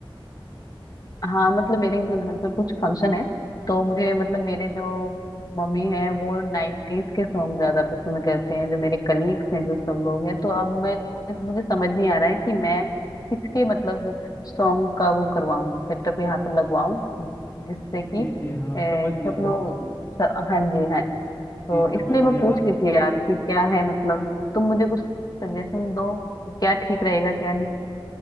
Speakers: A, on the left; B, on the left.
A: हाँ मतलब मेरे घ- घर पर कुछ फंक्शन है तो मुझे मतलब मेरे जो मम्मी हैं वो नाइन्टीज के सॉन्ग ज्यादा पसंद करते हैं जो मेरे कलीग्स हैं जो सब लोग हैं तो अब मैं मुझे समझ नहीं आ रहा है कि मैं किसके मतलब सॉन्ग का वो करवाऊं सेटअप यहाँ पर लगवाऊं जिससे कि
B: जी जी हाँ
A: ए,
B: समझ
A: सब
B: गया मैं
A: लोग स- हाँ जी हाँ तो
B: जी समझ
A: इसलिए
B: गया
A: मैं पूछ
B: आ-
A: रही थी यार कि क्या है मतलब तुम मुझे कुछ सजेशन दो कि क्या ठीक रहेगा क्या